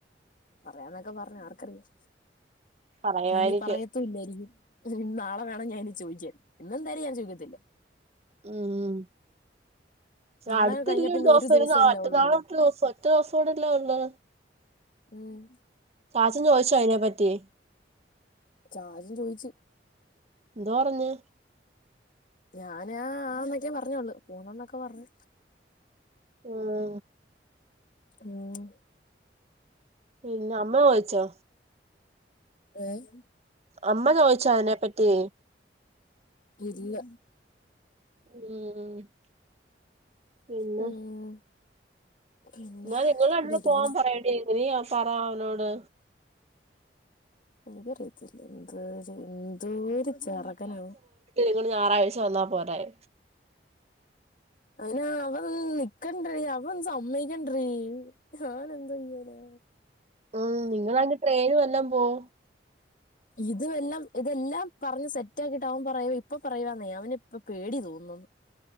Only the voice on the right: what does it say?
പറയുവായിരിക്കും
ഉം.
അട്ത്തില്ല്യൊര്
ദോസൊ
ഒരു നാട്ട്
നാളെ ഒറ്റദോസൊ ഒറ്റോസൊടില്ലെ ഒള്ള്
ചാച്ചൻ ചോയ്ച്ചൊ അയിനെപ്പറ്റി.
എന്തൊറഞ്
മ്മ്ഹ്
പിന്നെ അമ്മചോയിച്ചോ
അമ്മ ചോയിചോ അയിനെപ്പറ്റി
ഉം പിന്നെ
എന്നാ നിങ്ങള് രണ്ടൂടി
പോവാൻ പറയടി നീ പറ അവനോട്
നിങ്ങള് ഞായറാഴ്ച വന്നാ പോരായൊ
ഉം നിങ്ങളയിന് ട്രെയിന് വല്ലോം പോ <inaudible>